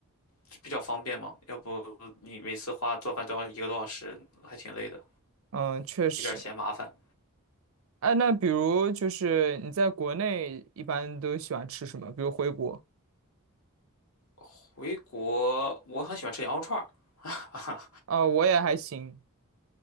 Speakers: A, on the left; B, on the right.
A: 就比较方便嘛。要不你每次花做饭都要一个多小时，还挺累的，
B: 嗯，确实。
A: 有点嫌麻烦。
B: 哎，那比如就是你在国内一般都喜欢吃什么？比如回国
A: 回国我很喜欢吃羊肉串儿，<laughs>
B: 啊，我也还行。